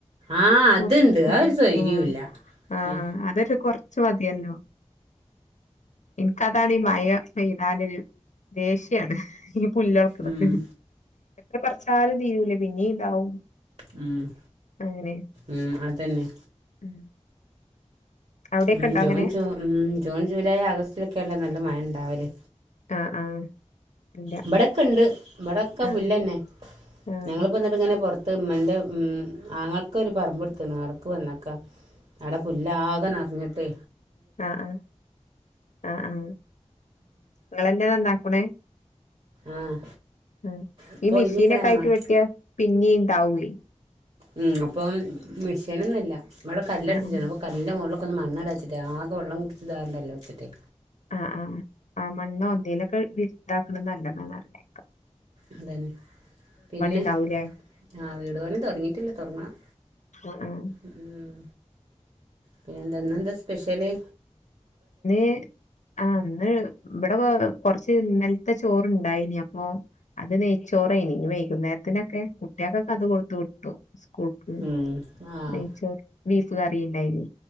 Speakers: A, on the right; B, on the left.
A: ആഹ് അതുണ്ട്
B: <unintelligible>
A: ആ ഒരു സ്വൈര്യവും
B: ആഹ്
A: ഇല്ല
B: ആഹ്
A: ഉം
B: അതന്നെ കൊർ ച്ച് മതിയല്ലോ ഇൻക്കതാണ് ഈ മഴ പെയ്താല് ദേഷ്യാണ്. ഈ പുല്ലൊള്ക്കണ്ത്
A: ഉം
B: എത്ര പർച്ചാലും തീരൂലേ പിന്നീ ഇണ്ടാവും.
A: അഹ്‌
B: അങ്ങനെ
A: ഉം അതന്നെ
B: ഉം അവിടെക്കെ
A: ഉം
B: ഇണ്ടോ
A: ജൂൺ
B: അങ്ങനെ
A: ജൂ ഉം ജൂൺ ജൂലൈ ആഗസ്റ്റിലൊക്കെല്ലെ നല്ല മഴ ഇണ്ടാവല്.
B: ആഹ് ആഹ് ഇല്ല
A: ഇബടെക്കണ്ട് ഇബടൊക്കെ
B: ആഹ്
A: പുല്ലന്നെ
B: ആഹ്
A: ഞങ്ങള്പ്പത്ട്ട്ങ്ങനെ പൊർ അത്ത് ഇമ്മൻ്റെ ഉം ആങ്ങൾക്കൊരു പറമ്പ്ട്ത്ത്ണ് ആട്ക്ക്‌ വന്നക്കാ അട പുല്ലാക നർഞ്ഞിട്ട്
B: ആ ആ ആ ആഹ് നിങ്ങളെന്നെ നന്നാക്കുണേ
A: ആഹ്
B: ഉം
A: ഇപ്പൊ
B: ഈ മിഷീനൊക്കായിട്ട്
A: ഒഴിഞ്ഞിക്കണ ഞങ്ങൾ
B: വെട്ടിയാ പിന്നീണ്ടാവുയ്
A: ഉം അപ്പം മെഷീനൊന്നുല്ല ഇവടെ കല്ലടിച്ചിട്ടാണ്
B: ആഹ്
A: അപ്പ കല്ലിന്റെ മോൾള് ഒക്കൊന്ന് മണ്ണടാച്ചിട്ടെ ആകെവള്ളം കുടിച്ചിട്ട്താവണ്ടല്ലോച്ചിട്ടേ
B: ആഹ് ആഹ് ആ മണ്ണോ എന്തേലൊക്കെ വിരു താക്കണത് നല്ലതാണ് അറിഞ്ഞേക്കാ
A: അതന്നെ പിന്നെ
B: ഉണ്ടാവൂലേ
A: ആഹ് വീട് പണി തൊടങ്ങിട്ടില്ലേ തൊടങ്ങണം
B: ആഹ് ആഹ്
A: ഉം ഊം പിന്നെന്താ ഇന്നെന്താസ്പെഷ്യല്
B: നീ ആ ന്ന് ഇബടെ കോ കൊർച്ച് ന്നൽത്തെ ചോറുണ്ടായിഞ്ഞു അപ്പൊ അത് നെയ്ച്ചോറെയ്നി ഇനി വൈകുന്നേരത്തിനൊക്കെ കുട്ട്യാക്കൊക്കെ അത് കൊടുത്തുവിട്ടു സ് കൂൾക്ക്
A: ഉം ആഹ്
B: നെയ്ച്ചോർ ബീഫ്കറി ഉണ്ടായിന്